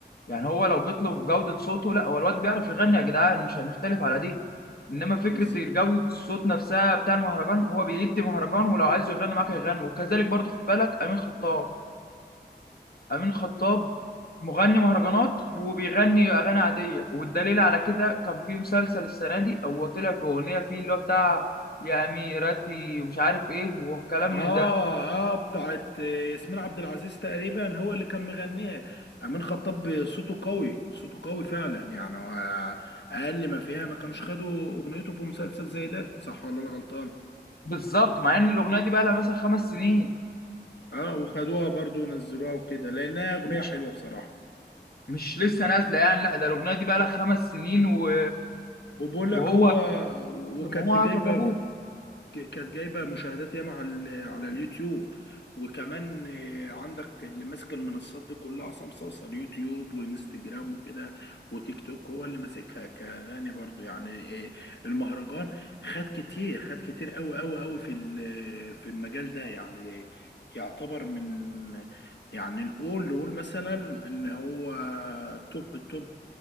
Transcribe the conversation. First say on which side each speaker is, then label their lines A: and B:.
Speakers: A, on the left; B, on the left.
A: يعني هو لو جيت له في جودة صوته لا هو الواد بيعرف يغني يا جدعان مش هنختلف على دي انما فكرة
B: بز...
A: جودة الصوت نفسها بتاع المهرجان هو بيدي مهرجان ولو عايز يغني معاك هيغني وكذلك برضو خد بالك امين خطاب امين خطاب مغني مهرجانات وبيغني اغاني عادية والدليل على كده كان في مسلسل السنة دي هو طلع في اغنية فيه اللي هو بتاع يا اميرتي ومش عارف ايه والكلام
B: اه
A: من
B: اه بتاعت ياسمين عبد العزيز تقريبا هو اللي كان مغنيها امين خطاب
A: ده
B: صوته قوي صوته قوي فعلا يعني هو اقل ما فيها ما كانوش خدوا اغنيته في مسلسل زي ده صح ولا انا غلطان
A: بالظبط مع ان الاغنيه دي بقى لها مثلا خمس سنين
B: اه وخدوها برضو ونزلوها وكده لانها اغنيه
A: مش
B: حلوه بصراحه
A: مش لسه نازله يعني لا ده الاغنيه دي بقى لها خمس سنين و...
B: وبقول لك
A: وهو
B: هو وكانت
A: سمعوها
B: جايبه
A: فجابوه
B: ك- كانت جايبه مشاهدات ياما على ال- على اليوتيوب وكمان آه، عندك اللي ماسك المنصات دي كلها عصام صاصا اليوتيوب وانستجرام وكده وتيك توك هو اللي ماسكها كغني برضو يعني آه، المهرجان خد كتير خد كتير قوي قوي قوي في ال- في المجال ده يعني يعتبر من يعني نقول نقول مثلا ان هو توب التوب